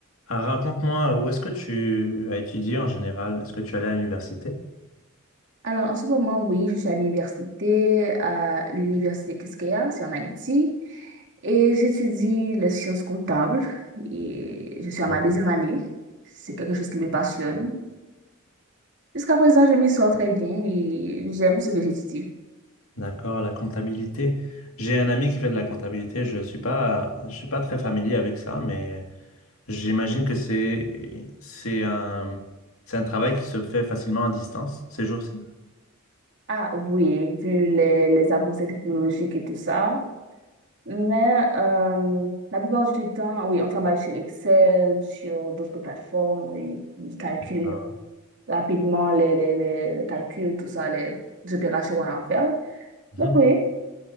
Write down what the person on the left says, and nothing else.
Ah, raconte-moi, où est-ce que tu as étudié en général? Est-ce que tu allais à l'université?
Oh.
D'accord, la comptabilité. J'ai un ami qui fait de la comptabilité. Je suis pas, je suis pas très familier avec ça, mais j'imagine que c'est, c'est un, c'est un travail qui se fait facilement à distance ces jours-ci.
Ah.
Mhm.